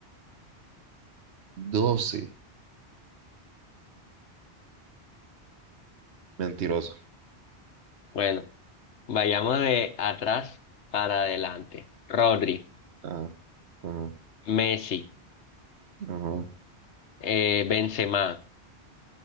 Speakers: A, on the right; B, on the left.
A: doce Mentiroso.
B: Bueno, vayamos de atrás para adelante. Rodri,
A: Ajá, ajá,
B: Messi,
A: ajá.
B: eh, Benzema,